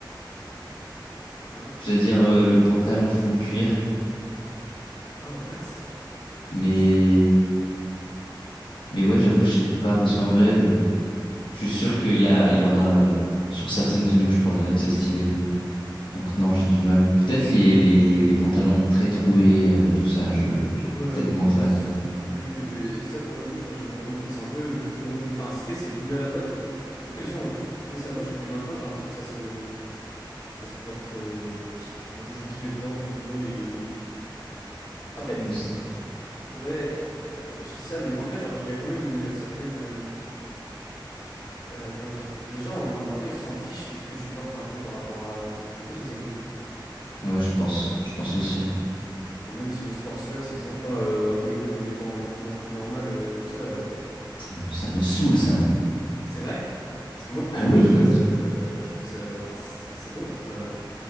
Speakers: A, on the left; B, on the left.
A: Hein?
B: Je veux dire, euh, le pantalon full cuir.
A: Oh, what? Ça, ça
B: Mais,
A: existe?
B: mais ouais, j'avoue, je sais pas, parce qu'en vrai, euh, je suis sûr qu'il y a, il y en a euh, sur certaines tenues où je pourrais dire que c'est stylé. Donc non, j'ai du mal. Peut-être les, les, les pantalons très troués, euh, tout ça, je peut-être
A: Ouais, ouais,
B: moins
A: mais.
B: fan,
A: c-
B: ouais.
A: Oui, oui, mais ça pour le coup, genre, j'ai pas compris. C'est un peu. vu- re- Enfin, c'était, c'est venu à la mode. Puis après, les gens ont tous trouvé ça moche, puis maintenant, j'ai l'impression que ça se. Ça se porte. euh, Il y a, y a des gens qui le portent, d'autres non, et. Après,
B: Mais c'est-
A: ouais, euh, je dis ça, mais en vrai, genre, il y a quand même une certaine. euh, euh, comment dire, les gens euh, maintenant ils s'en fichent de ce que tu portes un peu par rapport à avant. Du coup, ça c'est cool.
B: ouais, je pense, je pense aussi.
A: Bon, même si le sportswear c'est toujours pas euh, intégré comme étant un vêtement un peu normal, euh, tout ça, euh,
B: Ça me, ça me saoule, ça.
A: c'est vrai. Parce que moi, premier
B: Ah oui!
A: degré, ouais, ça, je trouve ça. Enfin, c'est c'est bon, t'es pas,